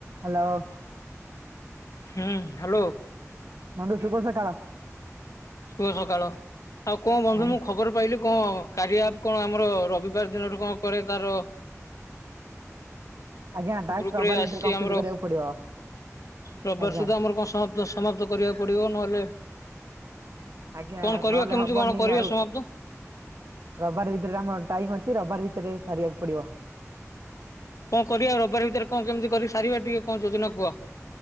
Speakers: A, on the right; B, on the left.
A: ହାଲୋ।
B: ହୁଁ ହାଲୋ।
A: ବନ୍ଧୁ ସୁଭ ସକାଳ।
B: ଶୁଭ ସକାଳ ଆଉ କଣ ବନ୍ଧୁ
A: ହଁ
B: ମୁଁ ଖବର ପାଇଲି କଣ। କାରିଆ ଆପ କଣ ଆମର ରବିବାର ଦିନଠୁ କଣ କୁଆଡେ ତାର।
A: ଆଜ୍ଞା ଟାକ୍ସ
B: ଗ୍ରୁପ ରେ
A: ଭିତରେ
B: ଆସିଛି
A: କମପ୍ଲିଟ
B: ଆମର
A: କରିବାକୁ ପଡିବ।
B: ରବିବାର
A: ଆଜ୍ଞା
B: ସୁଦ୍ଧା ଆମର କଣ ସମାପ୍ତ ସମାପ୍ତ କରିବାକୁ ପଡିବ ନହେଲେ।
A: ଆଜ୍ଞା
B: କଣ କରିବା
A: ନହେଲେ
B: କେମିତି
A: ହବନି
B: କଣ କରିବା
A: ଆଉ।
B: ସମାପ୍ତ
A: ରବବାର ଭିତରେ ଆମର ଟାଇମ ଅଛି ରବବାର ଭିତରେ ସାରିବାକୁ ପଡିବ।
B: କଁ କରିବା ରବିବାର ଭିତରେ କଁ କେମିତି କରି ସାରିବା ଟିକେ କଁ ଯୋଜନା କୁହ।